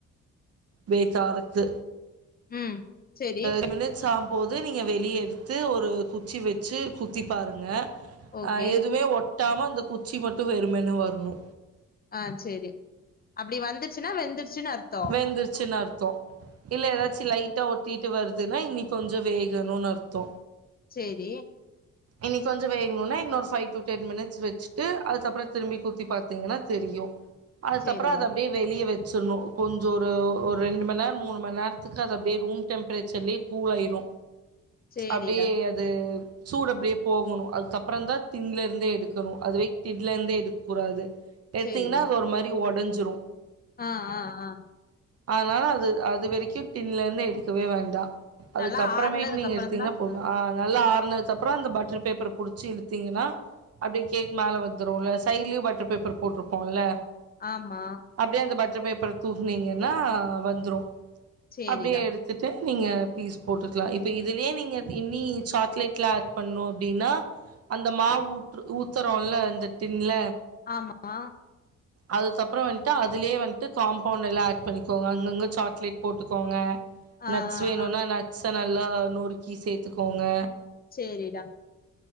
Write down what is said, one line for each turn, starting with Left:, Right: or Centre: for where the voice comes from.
Right: பேக் காரத்து
Left: ம் சேரி
Right: அ தேர்ட்டி மினிட்ஸ் ஆகாபோது நீங்க வெளிய எடுத்து ஒரு குச்சி வச்சி குத்தி பாருங்க
Left: ஓகே
Right: அ எதுவுமே ஒட்டாம அந்த குச்சி மட்டு வெறுமேன்ன வரணு
Left: ஆ சேரி அப்டி வந்துச்சின்னா வெந்திரிச்சின்னு அர்த்தோ
Right: வெந்திரிச்சின் அர்த்தோ இல்ல ஏதாச்சும் லைட்டா ஒட்டிட்டு வருதுன்னா இன்னி கொஞ்சோ வேகணுனு அர்த்தோ
Left: சேரி
Right: இனி கொஞ்சோ வேகணுனா இன்னொ ஃபை டு டென் மினிட்ஸ் வச்சுட்டு அதுக்கப்பறோ திரும்பி குத்தி பாத்தீங்கனா தெரியு அதுக்கப்பறோ
Left: சேரிடா
Right: அது அப்டியே வெளிய வச்சுரனு கொஞ்சோ ஒரு ஒரு ரெண்டு மணி நேரோ மூணு மணி நேரத்துக்கு அத அப்டியே ரூம் டெம்பரேச்சர்லயே கூழாயிரு
Left: சேரிடா
Right: அப்டியே அது சூடு அப்டியே போகணு அதுக்கப்பறோ தா தின்லருந்தே எடுக்கணு அதுவே தின்லேருந்தே எடுக்க கூடாது எடுத்தீங்கன்னா
Left: சேரிடா
Right: அது ஒரு மாரி ஒடைஞ்சிரு
Left: ஆ ஆ ஆ
Right: அதனால அது அது வரைக்கு டின்ல இருந்து எடுக்கவே வேண்டா அதுக்கு
Left: நல்லா
Right: அப்பறமேட்டு
Left: ஆறுனதுக்கு
Right: நீங்க
Left: அப்புறந்தா
Right: எடுத்தீங்கன்னா போது ஆ நல்லா ஆரணது கப்றோ அந்த பட்டர் பேப்பரை புடிச்சு இழுத்தீங்கனா அப்டியே கேக் மேலே வந்துருல சைடுலயு பட்டர் பேப்பர் போட்ருப்போல்ல
Left: ஆமா
Right: அப்டியே அந்த பட்டர் பேப்பர தூக்குனீங்கனா வந்துரு
Left: சேரிடா
Right: அப்டியே எடுத் த்துடு நீங்க பீஸ் போட்டுக்கலா இப்ப இதுலயே நீங்க இன்னி சாக்லேட் ல ஆட் பண்ணு அப்டினா அந்த மாவு ஊற்று ஊத்துறோல அந்த டின்ல
Left: ஆமா
Right: அதுக்கப்பறோ வந்ட்டு அதுலயே வந்ட்டு காம்பௌண்ட எல்லா ஆட் பண்ணிக்கோங்க அங்கங்க சாக்லேட் போட்டுக்கோங்க
Left: ஆ
Right: நட்ஸ்
Left: ஆ
Right: வேணுனா
Left: ஆ
Right: நட்ஸ நல்லா நொறுக்கி சேத்துக்கோங்க
Left: சேரிடா